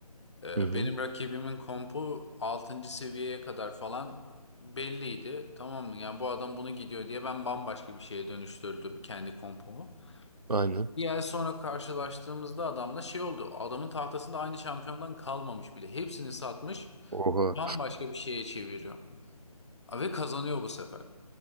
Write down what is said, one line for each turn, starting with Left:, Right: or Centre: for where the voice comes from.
Left: Ee,
Right: Hı hı.
Left: benim rakibimin kompu altıncı seviyeye kadar falan belliydi. Tamam mı? Yani bu adam bunu gidiyor diye ben bambaşka bir şeye dönüştürdüm kendi kompumu.
Right: Aynen.
Left: Bir ay sonra karşılaştığımızda adamla şey oldu. Adamın tahtasında aynı şampiyondan kalmamış bile. Hepsini satmış,
Right: Oha.
Left: bambaşka bir şeye çeviriyor. Ve kazanıyor bu sefer.